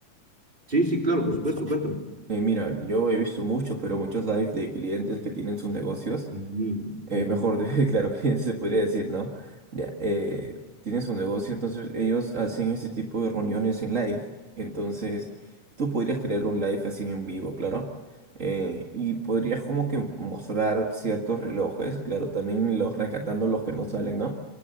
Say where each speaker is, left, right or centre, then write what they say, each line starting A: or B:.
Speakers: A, on the right; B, on the right.
A: Sí, sí, claro, por supuesto, cuéntame.
B: Eh, mira, yo he visto muchos, pero muchos live de clientes que tienen sus negocios.
A: Ujú,
B: eh,
A: ujú,
B: mejor, de- <laughs> claro, cliente se podría decir, ¿no? Ya, eh, tiene su negocio, entonces ellos hacen este tipo de reuniones en live. Entonces, tú podrías crear un live así en vivo, claro. eh, y podrías como que mostrar ciertos relojes, claro, también los rescatando los que no salen, ¿no?